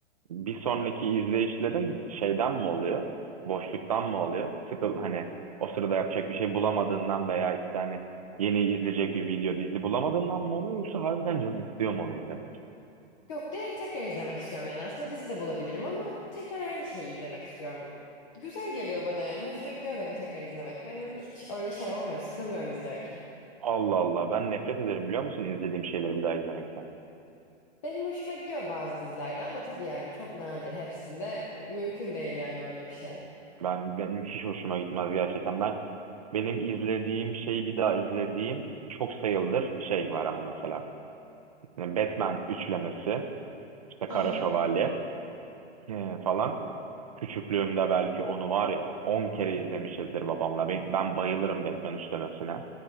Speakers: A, on the right; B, on the left.
A: bir sonraki izleyişlerin şeyden mi oluyor? Boşluktan mı oluyor? Sıkıl hani o sırada yapacak bir şey bulamadığından veya işte hani yeni izleyecek bir video dizi bulamadığından mı oluyor yoksa harbiden canın istiyor mu onu izlemek?
B: Yok direkt tekrar izlemek istiyorum yani aslında dizi de bulabilirim ama tekrar aynı şeyi izlemek istiyorum. Güzel geliyor bana yani hoşuma gidiyor benim tekrar izlemek. Benim hiç öyle şey olmuyor sıkılmıyorum izlerken.
A: Allah Allah ben nefret ederim biliyor musun izlediğim şeyleri bir daha izlemekten.
B: Benim hoşuma gidiyor bazı dizilerde ama tabii yani çok nadir hepsinde e, mümkün değil yani öyle bir şey.
A: Ben benim hiç hoşuma gitmez gerçekten. Ben benim izlediğim şeyi bir daha izlediğim çok sayılır şey var ama mesela Yani Batman üçlemesi işte
B: Hı
A: Kara
B: hı.
A: Şövalye e, falan. Küçüklüğümde belki onu var ya 10 kere izlemişizdir babamla. Ben, ben bayılırım Batman üçlemesine.